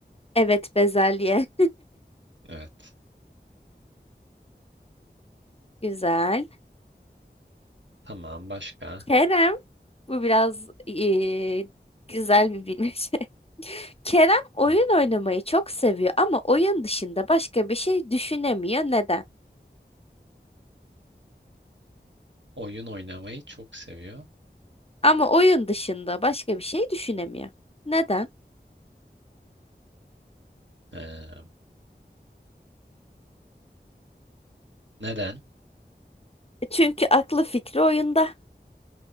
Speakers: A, on the left (about 35°); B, on the right (about 85°).
A: Evet bezelye.
B: Evet.
A: <laughs> Güzel.
B: Ta- Tamam başka.
A: Kerem. Bu biraz ee, güzel bir bilmece. <laughs> Kerem oyun
B: Hı.
A: oynamayı çok seviyor ama oyun dışında başka bir şey düşünemiyor. Neden?
B: Oyun oynamayı çok seviyor.
A: Ama oyun dışında başka bir şey düşünemiyor. Neden?
B: Ee, neden?
A: Çünkü aklı fikri oyunda.